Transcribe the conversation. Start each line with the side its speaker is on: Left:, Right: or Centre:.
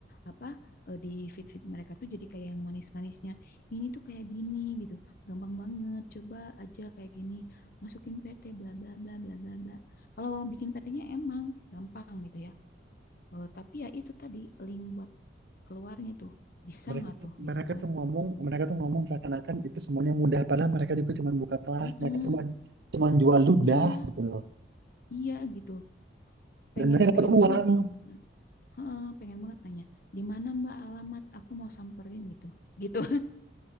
Left: apa eh, di feed-feed mereka tuh jadi kayak yang manis-manisnya. Ini tuh kayak gini gitu, gampang banget. Coba aja kayak gini, masukin PT bla bla bla bla bla bla. Kalau bikin PT-nya emang gampang gitu ya. Eh, tapi ya itu tadi link buat keluarnya tuh bisa
Right: Mereka
Left: nggak
Right: tuh,
Left: tuh gitu
Right: mereka
Left: kan?
Right: tuh ngomong, mereka tuh ngomong seakan-akan itu semuanya mudah, padahal mereka juga cuma buka kelas,
Left: Heeh,
Right: mereka cuma cuma jual ludah
Left: iya,
Right: gitu loh.
Left: iya gitu. Pengen
Right: dan mereka dapat
Left: pengen
Right: uang
Left: banget, Mm, heeh, pengen banget nanya di mana Mbak alamat aku mau samperin gitu, gitu.